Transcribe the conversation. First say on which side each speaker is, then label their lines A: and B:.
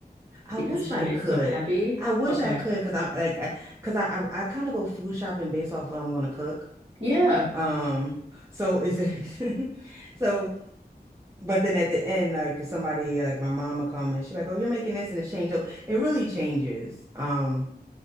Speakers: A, on the right; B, on the right.
A: I
B: because
A: wish
B: Monday's
A: I could.
B: so heavy.
A: I wish
B: Okay.
A: I could because I'm like I because I I, I kind of go food shopping based off what I'm going to cook.
B: Yeah.
A: Um, so it's <laughs> so but then at the end, like somebody like my mama come and she like, oh, you're making this and it's changed. So it really changes. Um,